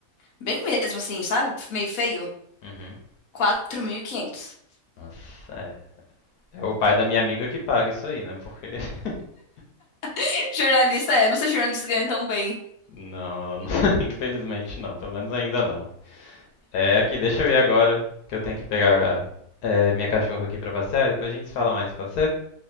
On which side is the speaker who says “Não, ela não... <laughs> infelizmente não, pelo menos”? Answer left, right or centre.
Left